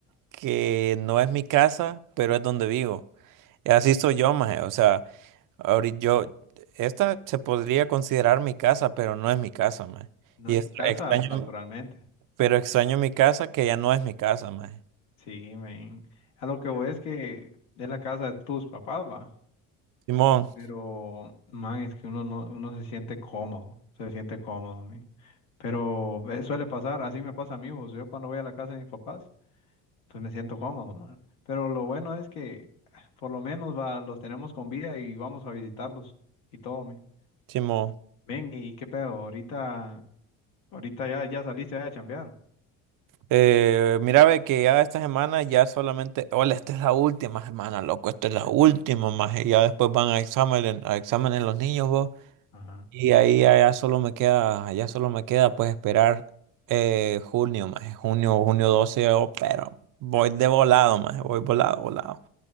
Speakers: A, on the right (about 60°); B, on the left (about 85°).
A: que no es mi casa, pero es donde vivo. Y así soy yo, maje. O sea, ahorita yo, esta se podría considerar mi casa, pero no es mi casa, maje.
B: no
A: Y
B: es
A: es-
B: tu casa,
A: extraño,
B: naturalmente.
A: pero extraño mi casa que ya no es mi casa, maje.
B: Sí, men. A lo que voy es que es la casa de tus papás, va.
A: Simón,
B: Pero, man, es que uno no, uno se siente cómodo, se siente cómodo, men. Pero eh, suele pasar, así me pasa a mí, vos. Yo cuando voy a la casa de mis papás, pues me siento cómodo, man. Pero lo bueno es que ah, por lo menos va, los tenemos con vida y vamos a visitarlos y todo, men.
A: Simón.
B: Ven, ¿y qué pedo? Ahorita, ahorita ya, ya saliste a chambear.
A: Eh, mira, ve que ya esta semana ya solamente, hola, esta es la última semana, loco, esta es la última, maje. Ya después van a examen, a exámenes los niños, vos.
B: Ajá.
A: Y ahí allá solo me queda, allá solo me queda pues esperar eh, junio, más junio, junio 12 yo, pero voy de volado, más voy volado, volado.